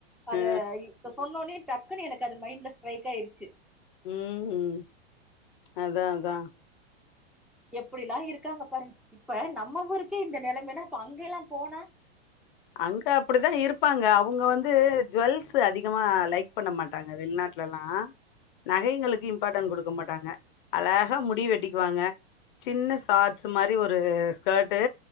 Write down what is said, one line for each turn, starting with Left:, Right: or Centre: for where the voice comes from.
Centre: அத
Left: ஆ
Centre: இப்ப சொன்னோனே டக்குன்னு எனக்கு அது மைண்ட்ல ஸ்ட்ரைக் ஆய்ருச்சு
Left: ம் ம் அதா அதா
Centre: எப்டிலா இருக்காங்க பாருங்க இப்ப நம்ம ஊருக்கே இந்த நெலைமைனா இப்ப அங்க எல்லா போனா
Left: அங்க அப்டிதா இருப்பாங்க அவங்க வந்து ஜுவல்ஸ்சு அதிகமா லைக் பண்ண மாட்டாங்க வெளிநாட்டுலல்லா நகைங்களுக்கு
Centre: ம்
Left: இம்பார்ட்டன்ட் குடுக் க மாட்டாங்க அழஹா
Centre: ம்
Left: முடி வெட்டிக்குவாங்க சின்ன சாட்ஸு மாரி ஒ ரு ஸ்கட்டு